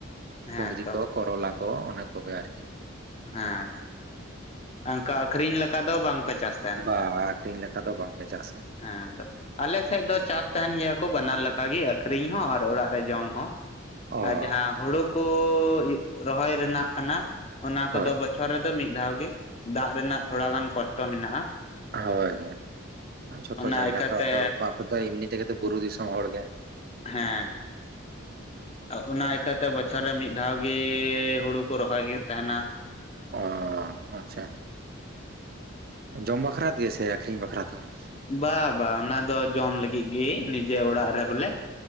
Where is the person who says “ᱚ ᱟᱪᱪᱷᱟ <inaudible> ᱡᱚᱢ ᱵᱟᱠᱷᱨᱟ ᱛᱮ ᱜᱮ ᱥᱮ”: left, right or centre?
Right